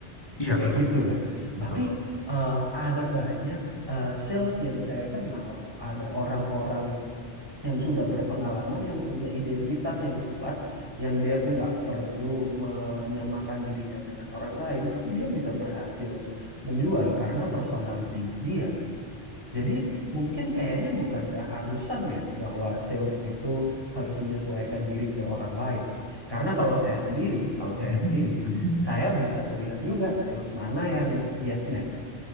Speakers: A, on the left; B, on the right.
A: Iya,
B: kayak
A: betul,
B: gitu kan
A: betul.
B: tapi eh, ada banyak eh, sales yang saya kenal ada orang-orang yang sudah berpengalaman yang punya identitas yang kuat yang dia tuh nggak perlu menyamakan dirinya dengan orang lain tapi dia bisa berhasil menjual karena personalitinya dia jadi mungkin kayaknya bukan keharusan ya bahwa sales itu harus menyesuaikan diri ke orang lain. Karena kalau saya sendiri, kalau
A: Mhm.
B: saya sendiri,
A: Mhm.
B: saya bisa melihat juga sales mana yang yes man,